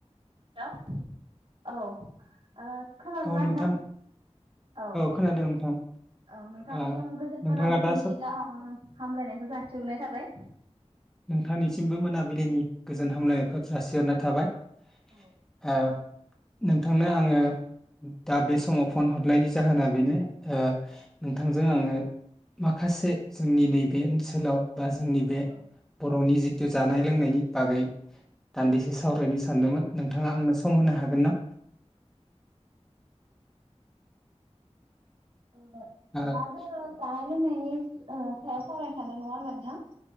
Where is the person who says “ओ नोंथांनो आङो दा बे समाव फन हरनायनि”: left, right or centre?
Centre